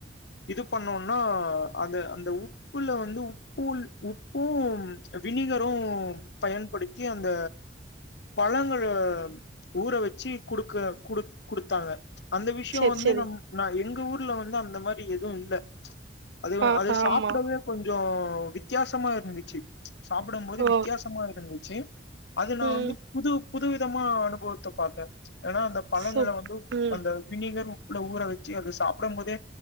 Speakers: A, on the left; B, on the right.
A: இது பண்ணோனா அந்த அந்த ஊட் உப்புல வந்து உப்பு உப்பு வினிகரு பயன்படுத்தி அந்த பழங்கள ஊற வச்சு குடுக்க குடு குடுத்தாங்க அந்த விஷயோ
B: செரி,
A: வந்து
B: செரி.
A: நம் ந எங்க ஊர்ல வந்து அந்த மாதிரி எதுவு இல்ல அது
B: ஆ
A: அது
B: ஆமா.
A: சாப்படவே கொஞ்சோ வித்தியாசமா இருந்துச்சு சாப்பிடும் போது
B: ஓ!
A: வித்தியாசோ இருந்துச்சு அது நா
B: ம்.
A: வந்து புது புது விதமா அனுபவத்த பாத்தே ஏன்னா அந்த பழங்கள
B: சூப்
A: வந்து
B: ம்,
A: அந்த வினிகர் உப்புல ஊற வச்சு அத சாப்பிடும் போதே